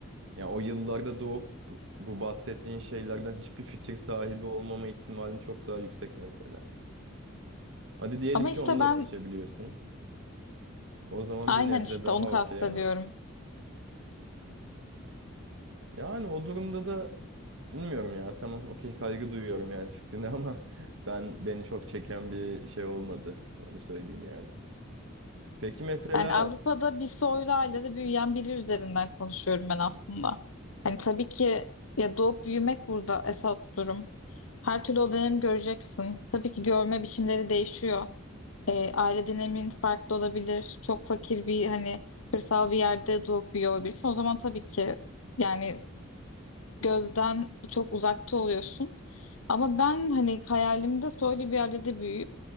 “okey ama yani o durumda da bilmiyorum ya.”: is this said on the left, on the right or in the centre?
Right